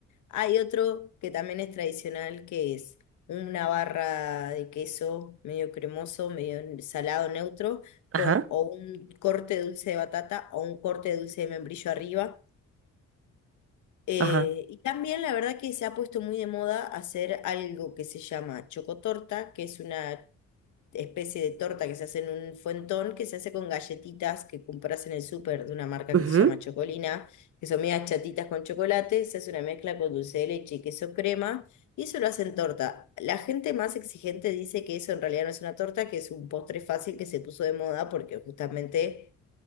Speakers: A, on the left; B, on the right.
A: Hay otro que también es tradicional, que es una barra de queso medio cremoso, medio salado neutro,
B: ajá,
A: con o un corte de dulce de batata o un corte de dulce de membrillo arriba eh,
B: ajá.
A: y también la verdad que se ha puesto muy de moda hacer algo que se llama chocotorta, que es una especie de torta que se hace en un fuentón, que se hace con galletitas que compras en el súper de una marca
B: ujú.
A: que se llama Chocolina, que son medias chatitas con chocolate, se hace una mezcla con dulce de leche y queso crema, y eso lo hacen torta. La gente más exigente dice que eso en realidad no es una torta, que es un postre fácil que se puso de moda porque justamente,